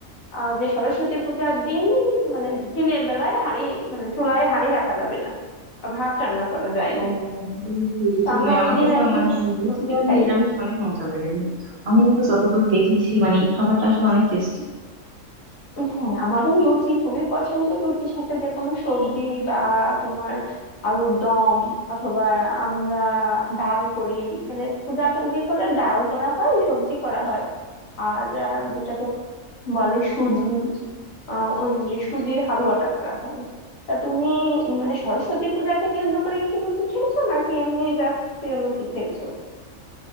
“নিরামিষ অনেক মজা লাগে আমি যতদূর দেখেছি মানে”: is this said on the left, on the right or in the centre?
Right